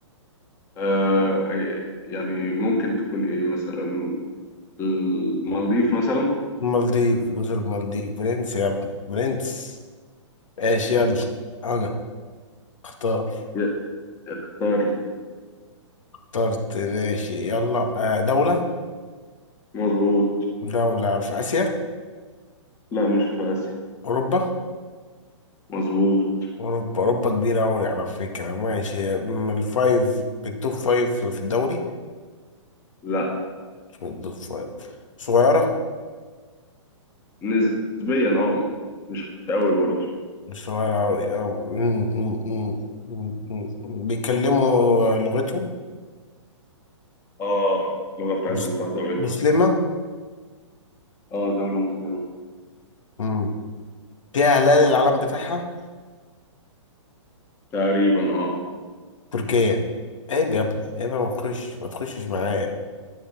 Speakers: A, on the left (about 15°); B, on the left (about 80°).
A: آه أي- يعني ممكن تكون إيه مثلا المالديف مثلا
B: المالديف جزر المالديف برنس يا ابني برنس ايش يلا انا اختار
A: ي- اخترت
B: اخترت ماشي يلا آه، دولة
A: مظبوط
B: دولة في آسيا
A: لا مش في آسيا
B: أوروبا
A: مظبوط
B: أوروبا أوروبا كبيرة أوي على فكرة ماشي من الفايف بالتوب فايف في الدوري
A: لا
B: مش من التوب فايف صغيرة
A: نسبيا اه مش قوي برضه
B: شوارعوي اه أمم، أمم، أمم، أمم، أمم. بيتكلموا لغتهم
A: اه اللغة بتاعتهم
B: مس-
A: بتاعت دولتهم
B: مسلمة
A: اه دولة مسلمة
B: أمم. فيها هلال العلم بتاعها
A: تقريبا اه
B: تركيا عيب يا ابني عيب يا ما تخش ما تخشش معايا